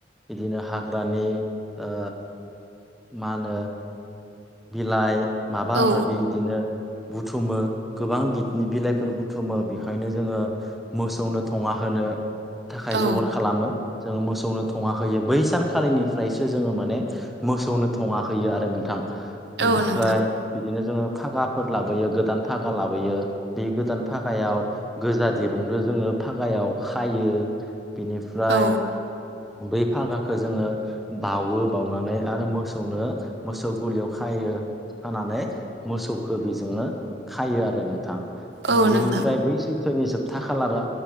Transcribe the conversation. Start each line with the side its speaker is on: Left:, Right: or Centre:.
Centre: बिदिनो हाग्रानि ओ मा होनो बिलाइ माबा
Right: औ
Centre: माबि दिनो बुथुमो गोबां बिदनि-बिनि बिलाइफोर बुथुमो बेखायनो जोङो मोसौनो थङा होनो थाखाय
Right: औ
Centre: जगार खालामो जोङो मोसौनो थङा होयो बै सानखालिनिफ्रायसो जोङो माने मोसौनो थङाहैयो आरो नोंथां बेनिफ्राय
Right: औ नोंथां
Centre: बिदिनो जोङो फागाफोर लाबोयो गोदान फागा लाबोयो बे गोदान फागायाव गोजा दिरुंजों जोङो फागायाव खायो बिनिफ्राय
Right: औ
Centre: बै फागाखो जोङो बावो बाउनानै आरो मोसौनो मोसौ गलियाव खायो। होनानै मोसौखौ बेजोंनो खायो आरो नोंथां
Right: औ नोंथां
Centre: बेनिफ्राय बै सैथोनि जोबथा खालारा